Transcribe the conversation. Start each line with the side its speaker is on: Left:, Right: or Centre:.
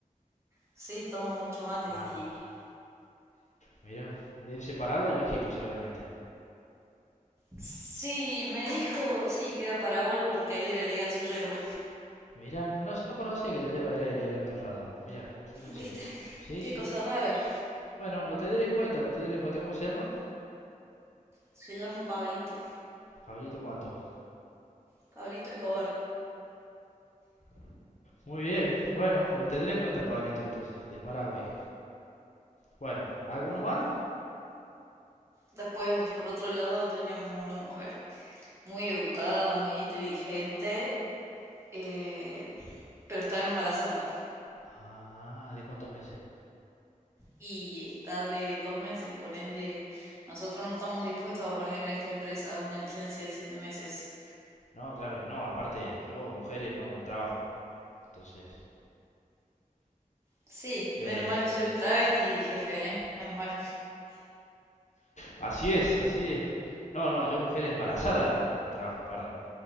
Right: Sí, toma mucho mate
Left: Ah,
Right: ese hippie.
Left: Mira, debe ser paraguayo y hippie seguramente.
Right: Sí, me dijo, sí, que era paraguayo porque ahí era legal su hierba.
Left: Mira, no, no conocía que la hierba era ilegal en otros lados. Mira, qué coincidencia.
Right: ¿Viste?
Left: Sí,
Right: Qué
Left: sí.
Right: cosa rara.
Left: Bueno, lo tendré en cuenta, lo tendré en cuenta. ¿Cómo se llama?
Right: Se llama Pablito.
Left: Pablito cuánto.
Right: Pablito Escobar.
Left: Muy bien, bueno, lo tendré en cuenta, Pablito, entonces, de Paraguay. Bueno, ¿hago uno más?
Right: Después, por otro lado, teníamos a una mujer muy educada, muy inteligente, eh, pero estaba embarazada
Left: Ah, ¿de cuántos meses?
Right: y está de dos meses, por ende nosotros no estamos dispuestos a poner en esta empresa una licencia de siete meses.
Left: No, claro que no, aparte, yo, mujeres, no, no trabajo. Entonces,
Right: Sí,
Left: eh,
Right: menos mal que soy un travesti, jefe, ¿eh? Menos mal.
Left: así es, así es. No, no, yo, mujeres embarazadas, no trabajo, perdón.